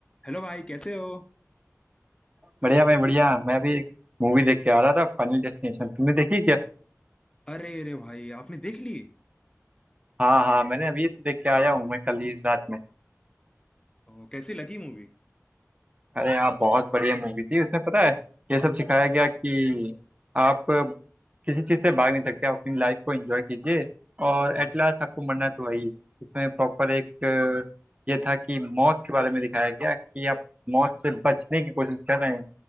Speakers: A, on the left; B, on the right.
A: Hello भाई कैसे हो
B: बढ़िया भाई बढ़िया मैं भी एक मूवी देख के आ रहा था फाइनल डेस्टिनेशन तुमने देखी क्या
A: अरे अरे भाई आपने देख ली
B: हाँ हाँ मैंने अभी तो देख के आया हूँ मैं कल ही रात में
A: ओ, कैसी लगी मूवी
B: अरे हाँ बहुत बढ़िया मूवी थी उसमें पता है ये सब सिखाया
A: हम्म
B: गया कि आप किसी चीज़ से भाग नहीं सकते आप अपनी लाइफ को एंजॉय कीजिए और
A: हम्म
B: एट लास्ट आपको मरना तो वही इसमें प्रॉपर एक अ, ये था कि मौत के बारे में दिखाया गया कि आप मौत से बचने की कोशिश कर रहे हैं